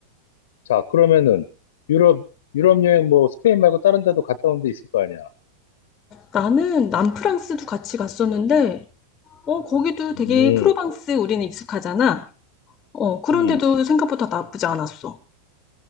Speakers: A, on the left (about 55°); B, on the left (about 25°).
A: 자, 그러면은 유럽, 유럽 여행 뭐 스페인 말고 다른 데도 갔다 온데 있을 거 아니야.
B: 나는 남프랑스도 같이 갔었는데, 어, 거기도 되게
A: 음,
B: 프로방스 우리는 익숙하잖아. 어, 그런데도
A: 음,
B: 생각보다 나쁘지 않았어.